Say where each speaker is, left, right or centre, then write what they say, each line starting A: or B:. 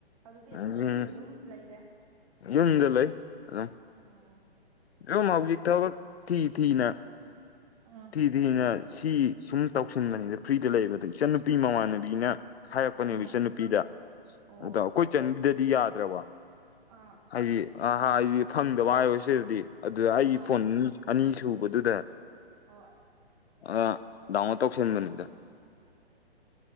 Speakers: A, on the right; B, on the left.
A: ꯍꯧꯖꯤꯛꯇꯤ
B: ꯎꯝ
A: ꯑꯗꯨꯗꯤ ꯌꯨꯝꯗ ꯑꯗꯨꯝ ꯂꯩꯔꯦ
B: ꯌꯨꯝꯗ ꯂꯩ ꯑꯗꯨꯝ
A: ꯎꯝ ꯊꯕꯛꯁꯨ
B: ꯑꯗꯨꯝ ꯍꯧꯖꯤꯛ ꯊꯕꯛ ꯊꯤ ꯊꯤꯅ
A: ꯎꯝ
B: ꯁꯤꯗꯤꯅ ꯁꯤ ꯁꯨꯝ ꯇꯧꯁꯤꯟꯕꯅꯤꯗ ꯐ꯭ꯔꯤꯗ ꯂꯩꯕꯗ ꯑꯗꯣ ꯏꯆꯟꯅꯨꯄꯤ ꯃꯃꯥꯟꯅꯕꯤꯅ ꯍꯥꯏꯔꯛꯄꯅꯦꯕ
A: ꯎꯝ
B: ꯏꯆꯟꯅꯨꯄꯤꯗ
A: ꯑꯣ
B: ꯑꯗ ꯑꯩꯈꯣꯏ ꯏꯆꯟꯒꯤꯗꯨꯗꯤ ꯌꯥꯗ꯭ꯔꯕ
A: ꯑꯥ
B: ꯍꯥꯏꯗꯤ ꯑ ꯍꯥꯏꯗꯤ ꯐꯪꯗꯕ ꯍꯥꯏꯌꯣ ꯁꯤꯗꯗꯤ ꯑꯗꯨꯗ ꯑꯩꯒꯤ
A: ꯑꯥ
B: ꯐꯣꯟ ꯑꯅꯤ ꯁꯨꯕꯗꯨꯗ
A: ꯍꯣꯏ
B: ꯑ ꯗꯥꯎꯟꯂꯣꯗ ꯇꯧꯁꯤꯟꯕꯅꯤꯗ
A: ꯑꯣ